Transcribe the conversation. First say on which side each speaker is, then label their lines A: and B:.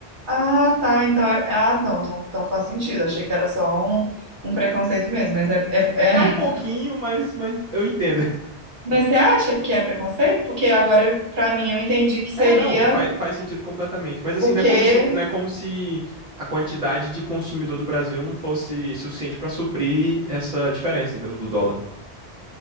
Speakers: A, on the right; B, on the right.
A: Ah, tá. Então é. Ah, não, então, então faz sentido. Achei que era só um, um preconceito mesmo, mas é, é,
B: É,
A: é
B: é um pouquinho, mas, mas eu entendo. <laughs>
A: Mas você acha que é preconceito? Porque agora, pra mim, eu entendi que seria
B: É, não, faz, faz sentido completamente. Mas assim,
A: porque.
B: não é como se, não é como se a quantidade de consumidor do Brasil não fosse suficiente pra suprir essa diferença, entendeu? Do dólar.